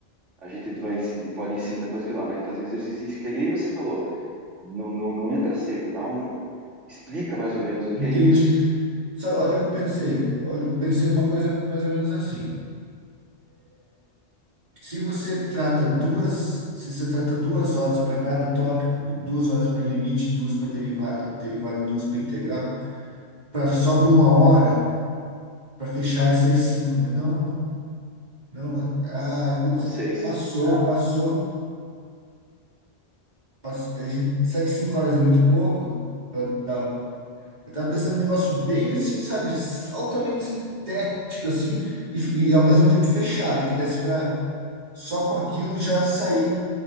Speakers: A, on the right; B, on the right.
A: a gente vai, ensi- pode ensinar, por exemplo, lá, vai fazer um exercício, que é que nem você falou, não, não, não entra seco, dá um. Explica mais ou menos o que
B: entendi.
A: é isso.
B: Sabe, olha o que eu pensei, olha, eu pensei uma coisa mais ou menos assim. Se você trata duas, se você trata duas horas para cada tópico, duas horas para limite, duas para derivar, derivada, e duas para integral, pra, sobra uma hora para fechar essas cinco, né? Não, não, ah, putz,
A: Não sei se.
B: passou,
A: Não.
B: passou, passou. A gente- Será que cinco horas é muito pouco? Eu tava eu tava pensando num negócio bem assim, sabe, altamente sintético assim, e, e ao mesmo tempo fechado, que desse para só com aquilo já sair